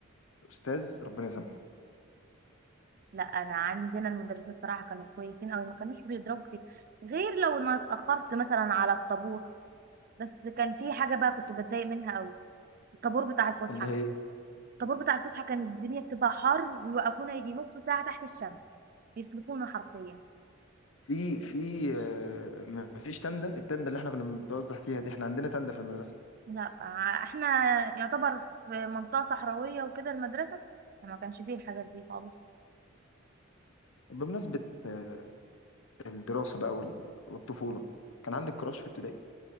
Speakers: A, on the left; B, on the right.
A: استاذ ربنا يسامحه
B: لا انا عندنا المدرسين الصراحه كانوا كويسين قوي ما كانوش بيضربوا كتير غير لو انا اتاخرت مثلا على الطابور بس كان في حاجه بقى كنت بتضايق منها قوي الطابور بتاع الفسحه
A: اللي هي
B: الطابور بتاع الفسحه كانت الدنيا بتبقى حر ويوقفونا يجي نص ساعه تحت الشمس يسلخونا حرفيا
A: في في آه، ما فيش تندة التندة اللي احنا كنا بنقعد تحتيها دي احنا عندنا تندة في المدرسة
B: لا ع- احنا يعتبر في منطقه صحراويه وكده المدرسه فما كانش فيه الحاجات دي خالص
A: بمناسبة آه، الدراسة بقى وال- والطفولة كان عندك كراش في ابتدائي